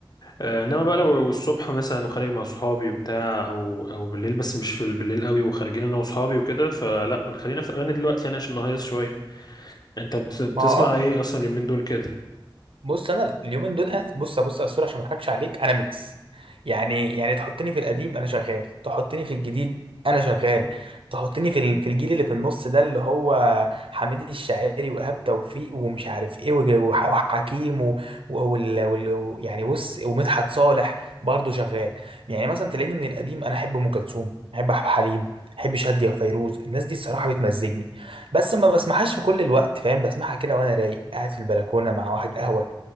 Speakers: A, on the left; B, on the right.
A: آه، انما بقى لو الصبح مثلا وخارج مع صحابي وبتاع او او بالليل بس مش في بالليل قوي وخارجين انا وصحابي وكده فلا بنخلينا في الاغاني دلوقتي يعني عشان نهيص شويه انت بت- بتسمع
B: ما هو اه
A: ايه اصلا اليومين دول كده
B: بص انا اليومين دول انا بص بص يا اسطوره عشان ما اضحكش عليك انا ميكس يعني يعني تحطني في القديم انا شغال تحطني في الجديد انا شغال تحطني في ال- في الجيل اللي في النص ده اللي هو حميد الشاعري وايهاب توفيق ومش عارف ايه وج- وح- وحكيم و... و... وال... وال... و- يعني بص ومدحت صالح برضه شغال يعني مثلا تلاقيني من القديم انا احب ام كلثوم احب عبد الحليم احب شادية وفيروز الناس دي الصراحه بتمزجني بس ما بسمعهاش في كل الوقت فاهم بسمعها كده وانا رايق قاعد في البلكونه مع واحد قهوه